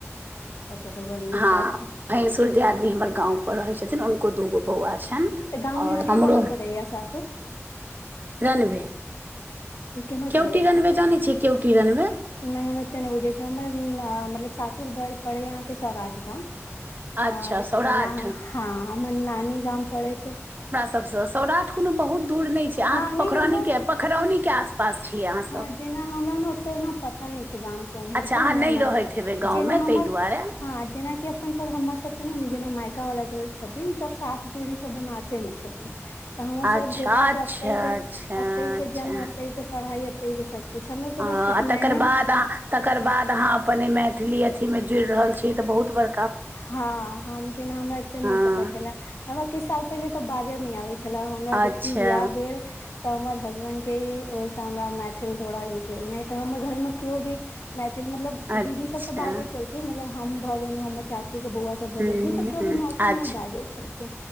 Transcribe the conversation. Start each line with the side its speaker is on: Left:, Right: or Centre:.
Left: अच्छा अच्छा त बड़् नीक
Right: हँ
Left: बात छै
Right: भैंसुर दियादनी हमर गाँव पर रहै छथिन हुनको दूगो बौआ छनि
Left: तऽ गाम
Right: आओर
Left: मे अहाँके
Right: हमरो
Left: कहाँ पड़ैये सासुर
Right: रनबे
Left: ई केम्हर
Right: केउटी
Left: पड़ै छै
Right: रनबे जनै छियै केउटी रनबे
Left: नहि हम एतेक नहि बुझैत छियै हमर मतलब सासुर पड़ैया अहाँके सौराठ गाम
Right: अच्छा
Left: और
Right: सौराठ
Left: एना हँ हाॅं हमर नानी गाम पड़ै छै
Right: सबस सौराठ कोनो बहुत दूर नहि छै अहाँ
Left: हँ नहि
Right: पोखरौनीके
Left: हमरा न
Right: पोखरौनीके
Left: जेना
Right: आसपास छियै अहाँसभ
Left: हँ जेना हमरा ने ओते पता नहि छै गाम के उम्हर
Right: अच्छा
Left: के
Right: अहाँ
Left: हमर
Right: नहि
Left: ओना
Right: रहैत हेबै गाँवमे
Left: जेना हमर
Right: ताहि दुआरे
Left: हँ जेनाकि अपन सब हमर सबके ने जेना मायका वाला सब छथिन सब साथ पीढ़ी सब बनारसे मे छथिन तऽ हमर सब
Right: अच्छा
Left: गोे से
Right: अच्छा
Left: एते के
Right: अच्छा
Left: एते के जन्म
Right: अच्छा
Left: एते के पढ़ाई एते के सब किछु हमलोग के
Right: आ
Left: बस उपनयने
Right: तकर बाद आ तकर बाद अहाॅं अपन ऐ मैथिली अथी में जुड़ रहल छीे ईत बहुत बड़
Left: हँ हम जेना हमरा एते नहि
Right: हँ
Left: पता छलै हमरा किछ साल पहिले तऽ बाजय नहि आबै छले हमरा
Right: अच्छा
Left: जखन बियाह भेल तऽ हमर हसबैंड के ई ओहिस हमरा मैथिल थोड़ा इ भेल नहि तऽ हमर घर मे किओ भी मैथिल मतलब
Right: अच्छा
Left: दीदी सब तऽ बाजे छलखिन मतलब हम भऽ गेलऊं हमर चाची के बौआ के
Right: ह्म ह्म
Left: भी मैथिल
Right: अच्छा
Left: बाजै छलखिन